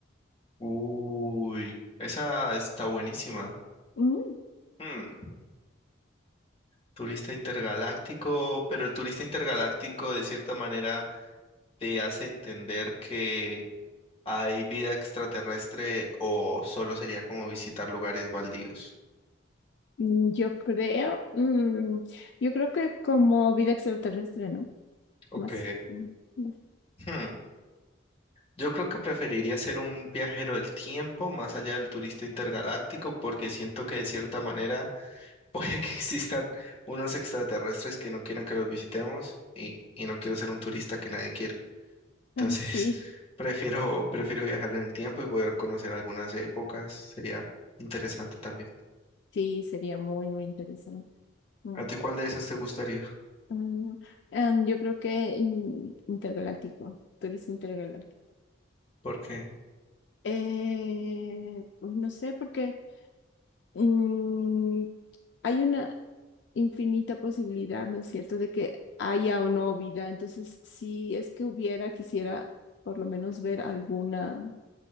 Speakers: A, on the left (about 30°); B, on the left (about 60°).
A: Uy, esa está buenísima.
B: Mm,
A: Hmm, Turista intergaláctico, pero el turista intergaláctico de cierta manera te hace entender que hay vida extraterrestre o solo sería como visitar lugares baldíos.
B: mm, yo creo, mm, yo creo que como vida extraterrestre, ¿no?
A: Ok.
B: Más, mm, más.
A: Hmm, Yo creo que preferiría ser un viajero del tiempo más allá del turista intergaláctico porque siento que de cierta manera puede que <laughs> existan unos extraterrestres que no quieran que los visitemos y, y no quiero ser un turista que nadie quiere. Entonces,
B: <laughs> Sí,
A: <laughs> prefiero, prefiero viajar en el tiempo y poder conocer algunas épocas. Sería interesante también.
B: sí, sería muy, muy interesante. Mm,
A: ¿A ti cuál de esas te gustaría?
B: mm, em, yo creo que in- intergaláctico, turista intergaláctico.
A: ¿Por qué?
B: Eh, pues no sé, porque mm, hay una infinita posibilidad, ¿no es cierto?, de que haya o no vida. Entonces, si es que hubiera, quisiera por lo menos ver alguna